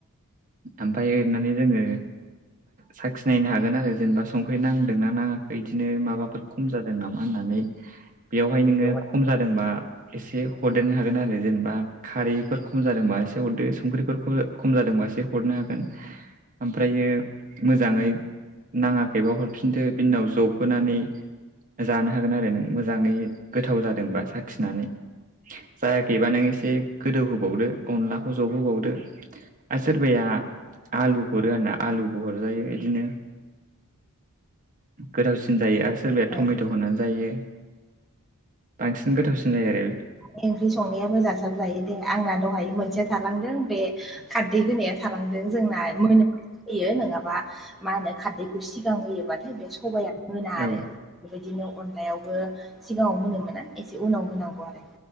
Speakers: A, on the right; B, in the centre.
A: ओमफ्राय एरनानै जोङो साखिनायनो हागोन आरो जेनेबा संख्रि नांदोंनाा नाङाखै बिदिनो माबाफोर खम जादों नामा होननानै। बेवहाय नोङो
B: औ
A: खम जादोंबा एसे हरदेरनो हागोन आरो जेनेबा खारैफोर खम जादोंबा एसे हरदो संख्रिफोरखौ खम जादोंबासो एसे हरनो हागोन ओमफ्रायो मोजाङै। नाङाखैबा हरफिनदो बिनि उनाव जबहओनानै जानो हागोन आरो नों मोजाङै गोथाव जादोंबा साखिनानै जायाखैबा नों एसे गोदौहोबावदो अनलाखौ जबहोबावदो आरो सोरबाया आलु हरो आरोना आलुबो हरजायो बिदिनो गोथावसिन जायो आरो सोरबाया
B: औ
A: टमेट' होनानै जायो। बांसिन गोथावसिन जायो आरो
B: बे ओंख्रि संनायाबो जासाबजायो दे आंना दहाय मोनसेया थालांदों बे खारदै होनाया थालांदों जोंना मोन होयो नङाबा मा होनो खारदैखौ सिगां होयोबाथाय बे सबाया। मोना आरो
A: औ
B: बेबायदिनो अनलायावबो सिगाङाव होनो मोना एसे उनाव होनांगौ आरो।